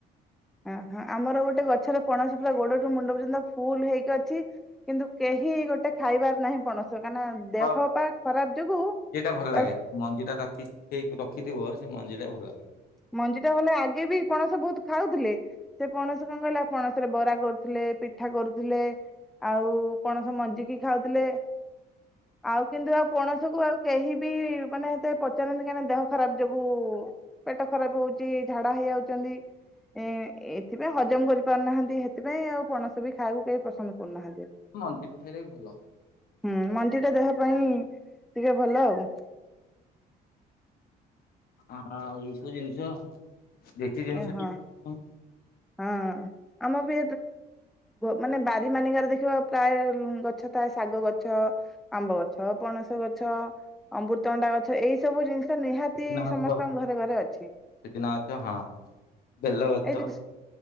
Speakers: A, in the centre; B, on the left.
A: ଅ ହ ଆମର ଗୋଟେ ଗଛରେ ପଣସ ପୁରା ଗୋଡଠୁ ମୁଣ୍ଡ ପର୍ଯ୍ୟନ୍ତ ଫୁଲ ହେଇକି ଅଛି କିନ୍ତୁ କେହି ଗୋଟେ ଖାଇବାର ନାହିଁ ପଣସ କାହିଁକିନା ଦେହ
B: ତ
A: ପା ଖରାପ ଯୋଗୁ
B: ସେଟା ଭଲ ଲାଗେ
A: ତାକୁ
B: ମଞ୍ଜି ଟା ରଖି ରଖିଥିବ ସେ ମଞ୍ଜି ଟା ଭଲ ଲାଗେ
A: ମଞ୍ଜି ଟା ଭଲେ ଆଗେ ବି ପଣସ ବହୁତ ଖାଉଥିଲେ ସେ ପଣସ କଣ କହିଲା ପଣସରେ ବରା କରୁଥିଲେ ପିଠା କରୁଥିଲେ ଆଉ ପଣସ ମଞ୍ଜିିକି ଖାଉଥିଲେ ଆଉ କିନ୍ତୁ ଆଉ ପଣସ କୁ ଆଉ କେହି ବି ମାନେ ଏତେ ପଚାରନ୍ତି କାହିଁକିନା ଦେହ ଖରାପ ଯୋଗୁ ପେଟ ଖରାପ ହଉଛି ଝାଡା ହେଇଯାଉଛନ୍ତି। ଏ ଏଥିପାଇଁ ହଜମ କରିପାରୁନାହାନ୍ତି ହେଥିପାଇଁ ଆଉ ପଣସ ବି ଖାଇବାକୁ କେହି ପସନ୍ଦ କରୁନାହାନ୍ତି। ଏତେ
B: ମଞ୍ଜି ବି ଖାଇଲେ ବି ଭଲ।
A: ହୁଁ ମଞ୍ଜି ଟା ଦେହ ପାଇଁ ଟିକେ ଭଲ ଆଉ।
B: ହଁ ଏଇ ସବୁ ଜିନିଷ ଦେଶୀ ଜିନିଷ।
A: ଏ
B: <unintelligible>
A: ହଁ ହଁ ଆମ ବି ମାନେ ବାରି ମାନିକାରେ ଦେଖିବ ପ୍ରାୟ ଗଛ ଥାଏ ଶାଗ ଗଛ, ଆମ୍ବ ଗଛ, ପଣସ ଗଛ, ଅମୃତଭଣ୍ଡା ଗଛ ଏଇ ସବୁ ଜିନି ନିହାତି
B: ସଜନା
A: ସମସ୍ତଙ୍କ
B: ଗଛ
A: ଘରେ ଘରେ ଅଛି।
B: ସଜନା ଗଛ ହଁ ବେଲ
A: ଏଇ
B: ଗଛ।
A: ଜିନିଷ